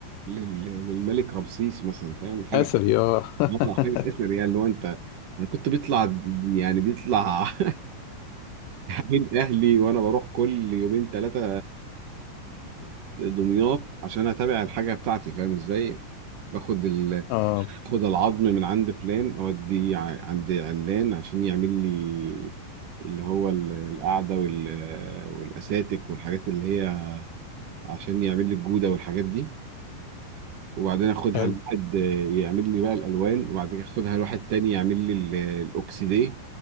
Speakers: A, on the right; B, on the left.
A: لل... للملك رمسيس مثلا فاهم حاجة
B: اثري اه <laughs>
A: مرة حاجة اثر يعني لو انت انا كنت بيطلع يعني بيطلع <laughs> من اهلي وانا بروح كل يومين ثلاثة دمياط عشان اتابع الحاجه بتاعتي فاهم ازاي باخد ال...
B: اه
A: باخد العظم من عند فلان اوديه ع- عند علان عشان يعمل لي اللي هو ال- القعده وال... والاساتك والحاجات اللي هي عشان يعمل لي الجوده والحاجات دي وبعدين اخدها
B: حلو
A: لواحد يعمل لي بقى الالوان وبعدين اخدها لواحد تاني يعمل لي ال- الاوكسيديه